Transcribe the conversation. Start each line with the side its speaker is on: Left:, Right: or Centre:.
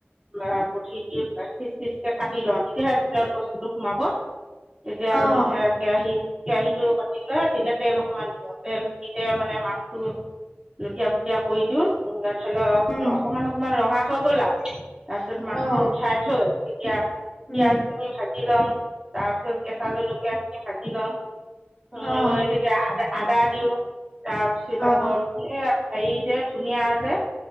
Right: বা বঠি দি পিচ পিচ কে কাটি লওঁ তেতিয়াহে ভিতৰত বস্তু সোমাব তেতিয়া
Left: অ
Right: হে কেৰাহী কেৰাহীত টো পাতি লৈ তেতিয়া তেল অকমান দিয়ক, তেলখিনিতে মানে মাছ লুটিয়া পুটীয়া কৰি দিওঁ ধৰি লওক
Left: উম
Right: অকমান অকমান ৰঙা হৈ গ'ল আৰু তাৰপিছত মাছটো
Left: অ
Right: উঠাই থৈ, তেতিয়া পিয়াজ
Left: উম
Right: খিনি ভাজি লওঁ, তাৰপিছত কেঁচা জলকীয়াখিনি ভাজি লওঁ উম
Left: অ
Right: লৈ তেতিয়া আদা আদা দিওঁ, তাৰ ত
Left: অ
Right: আকৌ এ হেৰি যে ধুনীয়া যে